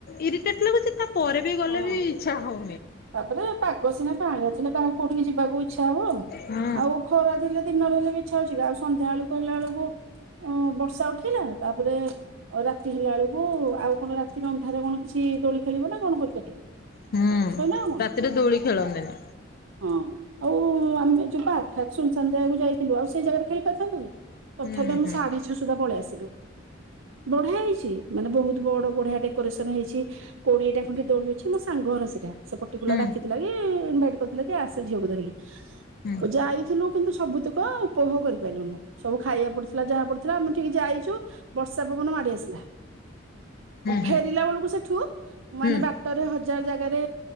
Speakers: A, on the left (about 50°); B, on the right (about 85°).
A: ଇରିଟେଟ୍ ଲାଗୁଚି ତା ଗଲେ
B: ହଁ
A: ବି ଇଚ୍ଛା ହଉ
B: ତାପରେ ପାଗ ସିନା କାଆଁଳିଆ ଥିଲେ କାହାକୁ କୋଉଠିକି ଯିବାକୁ ଇଚ୍ଛା ହବ
A: ହୁଁ।
B: ଆଉ ଖରା ଥିଲେ ଦିନରେ ହେଲେ ବି ଇଚ୍ଛା ହଉଚି କି ଆଉ ସନ୍ଧ୍ୟାଳୁ ହେଲା ଆଳକୁ ଅ ବର୍ଷା ଉଠେଇଲା ତାପରେ ରାତି ହେଲାଆଳକୁ ହୁଁ ଆଉ କଣ ରାତିରେ ଅନ୍ଧାରାରେ କଣ କିଛି ଦୋଳି ଖେଳିବ ନା କଣ କରିବ।
A: ହୁଁ
B: <unintelligible>
A: ରାତିରେ ଦୋଳି ଖେଳନ୍ତିନି
B: ହଁ ଆଉ କୁ ଆମେ ଜୁବା ସୁନୁସାନ ଜାଗାକୁ ଯାଇଥିଲୁ ଆଉ ସେଇ ଜାଗାରେ ଖେଳି ପରିଥାନ୍ତୁ କି?
A: ହୁଁ
B: ତଥାପି ଆମେ
A: ହୁଁ
B: ସାଢେ ଛଅ ସୁଦ୍ଧା ପଳେଇ ଆସିଲୁ। ବଢିଆ ହେଇଚି ମାନେ ବହୁତୁ ବଡ ବଢିଆ ଡେକୋରେସନ ହେଇଚି କୋଡିଏଟା ଖଣ୍ଡେ ଦୋଳିି ଅଛି ମୋ ସାଙ୍ଗ ଘର ସେଇଟା ସେ ପର୍ଟିକୁଲାର
A: ହୁଁ।
B: ଡାକିଥିଲା କି ଇନଭାଇଟ୍ କରିଥିଲା କି ଆସେ ଝିଅକୁ ଧରିକି।
A: ହୁଁ
B: ଓ ଯାଇଥିଲୁ କିନ୍ତୁ ସବୁତୁକ ଉପଭୋଗ କରିପାରିଲୁନୁ ସବୁ ଖାଇବାକୁ ପଡିଥିଲା ଯାହା ପଡିଥିଲା ଆମେ ଉଠିକି ଯାଇଚୁ ବର୍ଷା ପବନ ମାଡି ଆସିଲା
A: ହୁଁ ହୁଁ
B: ଫେରିଲା ବେଳକୁ ସେଠୁ ମାନେ
A: ହୁଁ।
B: ବା ଟରେ ହଜାର ଜାଗାରେ